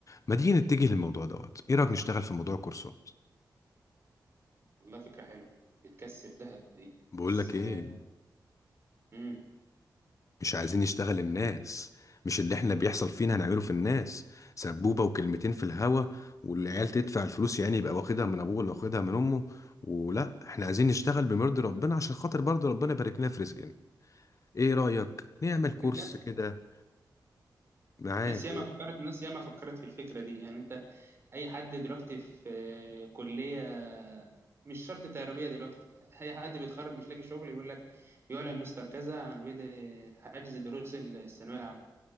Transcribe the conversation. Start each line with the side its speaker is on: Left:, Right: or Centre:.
Left: ما تيجي نتجه للموضوع دوت ايه رايك نشتغل في موضوع الكورسات
Right: والله فكره حلوه بتكسب دهب دي
Left: بقول
Right: بس
Left: لك
Right: آه،
Left: ايه
Right: مم.
Left: مش عايزين نشتغل الناس مش اللي احنا بيحصل فينا هنعمله في الناس سبوبه وكلمتين في الهوا والعيال تدفع الفلوس يعني يبقى واخدها من ابوه ولا واخدها من امه ولا احنا عايزين نشتغل بمرضي ربنا عشان خاطر برضه ربنا يبارك لنا في رزقنا ايه رأيك نعمل كورس
Right: ناس
Left: كده معاك
Right: ناس ياما
Left: و...
Right: فكرت ناس ياما فكرت في الفكره دي يعني انت اي حد دلوقتي في كليه مش شرط تربيه دلوقتي اي حد بيتخرج مش لاقي شغل يقول لك يعلن مستر كذا عن بدء حجز دروس الثانويه العامه